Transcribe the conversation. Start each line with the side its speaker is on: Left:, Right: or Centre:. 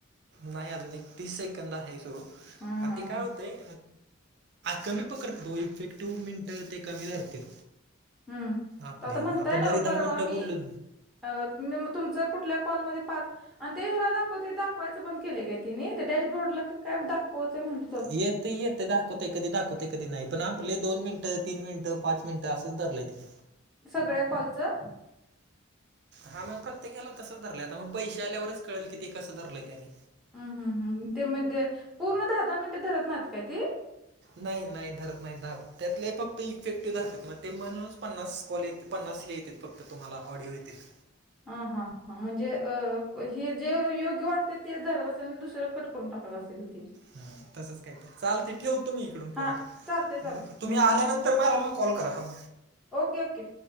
Right: नाही अजून एक तीस सेकंद आहे सुरू
Centre: हम्म
Right: आण
Centre: हम्म
Right: ते काय
Centre: हम्म
Right: हो ते कमी पकडते तो इफेक्टिव्ह मिंट ते कमी धरतीत.
Centre: हम्म
Right: आपले
Centre: तर आता म्हणताय
Right: आपण
Centre: ना
Right: दरी
Centre: परवा
Right: दहा मिनिटं
Centre: मी
Right: बोललो
Centre: अ तमम तुमच कुठल्या कॉलमध्ये पाच आणि ते ह दाखवते दाखवायचं बंद केले काय ति ते डॅशबोर्डला काय दाखव. कोते म्हण <unintelligible>
Right: येेत य. ते दाखवते कधी दाखवते कधी नाही पण आपले दोन मिनटं तीन मिनिटं पाच मिनिटं असंच धरयती.
Centre: सगळ्या कॉलचं
Right: हा मग प्रत्येक याला तसंच धरलंय आता मग पैसे आल्यावरच कळेल कि ते कसं धरलंय त्यांनी.
Centre: हम्म हम् हम् ते म्हणजे पूर्ण दहा दहा मिनिटे धरत नाहीत काय ती?
Right: नाही नाही धरत नाही धात त्यातले फक्त इफेक्टिव्ह धरतात मग ते म्हणूनच पन्नास कॉल येत्या. पन्नास हे येत्यात फक्त तुम्हाला ऑडिओ येत्यात.
Centre: अ हा म्हणजे अ हे जे योग्य वाटते ते धरत असेल दुसर कट करून टाकत असेल ते
Right: हा तसंच काय तर चाल ते ठेवतो मी इकडून पोन
Centre: हा
Right: आता.
Centre: चालते चालते
Right: तुम्ही आल्यानंतर मला म कॉल करा
Centre: ओके ओके.